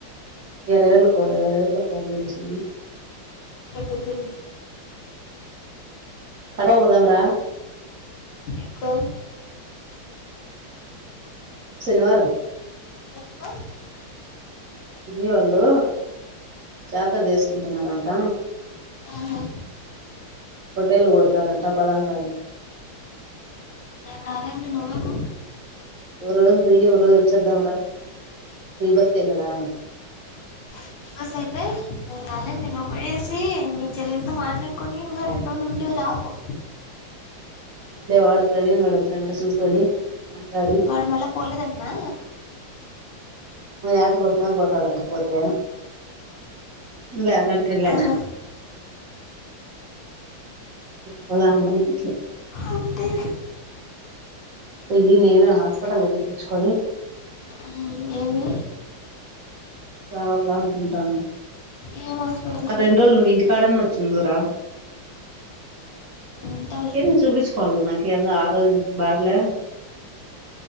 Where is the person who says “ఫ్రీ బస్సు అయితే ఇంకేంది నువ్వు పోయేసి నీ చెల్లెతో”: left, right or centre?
Left